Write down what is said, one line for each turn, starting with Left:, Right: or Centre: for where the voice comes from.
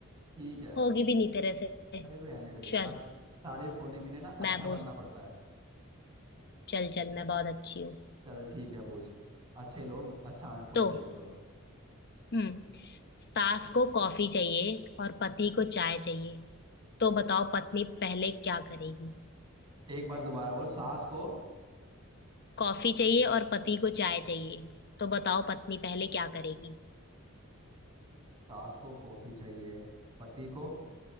Right: ठीक है
Left: होगी भी नहीं तेरे से
Right: अरे रहने दे
Left: चल
Right: अच्छ तारीफ होने के लिए ना अच्छा
Left: मैं पूछ
Right: बनना पड़ता है
Left: चल चल मैं बहुत अच्छी हूँ
Right: चल ठीक है पूछ अच्छे लोग अच्छा क्वेश्चन
Left: तो
Right: पूछो
Left: हम्म सास को कॉफी चाहिए और पति को चाय चाहिए तो बताओ पत्नी पहले क्या करेगी
Right: एक बार दोबारा बोल सास को
Left: कॉफी चाहिए और पति को चाय चाहिए तो बताओ पत्नी पहले क्या करेगी
Right: सास को कॉफी चाहिए पति को